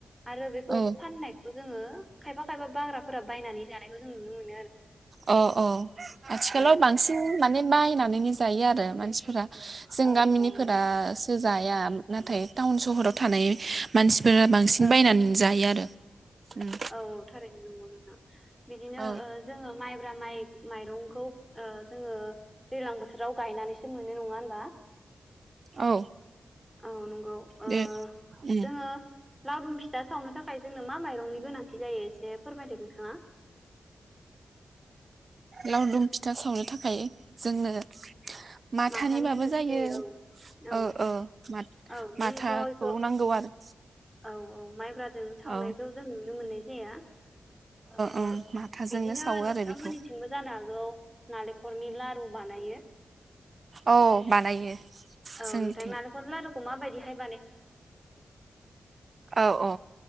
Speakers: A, in the centre; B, on the right (about 55°).
A: आरो बेखौ
B: औ
A: फाननायखौ जोङो खायफा खायफा बाग्राफोरा बायनानै जानायखौ जों नुनो मोन
B: अ' अ' आथिखालाव
A: औ
B: बांसिन मा ने बायनानैनो जायो आरो मानसिफोरा। जों
A: औ
B: गामिनिफोरासो
A: औ नंगौ नोंथां
B: जा निया नाथाय टाउन सहराव थानाय मानसि फोरा बांसिन
A: औ
B: बायनानै जायो आरो। उम
A: औ औ थारै नोंगौ नोंथां। बिदिनो
B: औ
A: ओ जोङो माइब्रा माइ माइरंखौ ओ जोङो दैलां बोथोराव गायनानैस जों मोनो नङा होनबा?
B: औ
A: औ नंगौ ओ
B: बे उम
A: जोङो लाउदुम फिथा सावनो थाख खाय जोंनो मा माइरंनि गोनांथि जायो एसे फोरमायदो नोंथाङा।
B: लावदुम फिथा सावनो थाखाय जोंनो माथानिबाबो
A: माथानि गोनांथि
B: जायो
A: औ औ
B: ओ ओ माथ
A: औ जोंथ'
B: माथाखौ
A: बेखौ
B: नांगौ आरो।
A: औ औ माइब्रा जों सावनायखौ
B: औ
A: जों नुनो मोननाय जाया। ओ
B: ओं माथाजोंनो
A: बिदिनो
B: सावो
A: नोंथांमोननिथिंबो
B: आरो बेखौ
A: जानो हागौ नालेंखरनि लारु बानायो
B: औ बानायो
A: औ
B: जोंनिथिं
A: नोंथां नालेखरनि लारु खौ मा बायदिहाय
B: औ औ